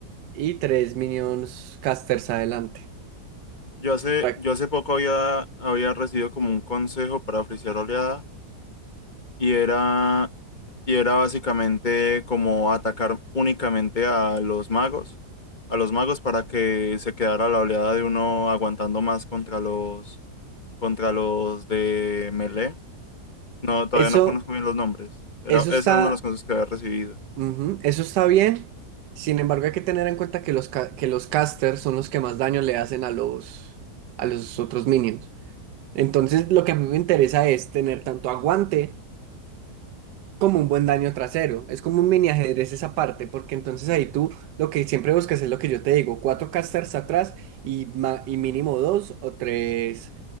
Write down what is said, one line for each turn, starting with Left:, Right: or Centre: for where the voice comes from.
Right: y tres minions casters adelante.
Left: Yo hace,
Right: Para-
Left: yo hace poco había, había recibido como un consejo para frisear oleadas y era, y era básicamente como atacar únicamente a los magos, a los magos para que se quedara la oleada de uno aguantando más contra los, contra los de melee. No, todavía
Right: Eso,
Left: no conozco bien los nombres. Era,
Right: eso
Left: ese
Right: está,
Left: era uno de los consejos que había recibido.
Right: ujú, eso está bien. Sin embargo, hay que tener en cuenta que los, ca- que los casters son los que más daño le hacen a los, a los otros minions. Entonces, lo que a mí me interesa es tener tanto aguante como un buen daño trasero. Es como un mini ajedrez esa parte, porque entonces ahí tú lo que siempre buscas es lo que yo te digo, cuatro casters atrás y, ma- y mínimo dos o tres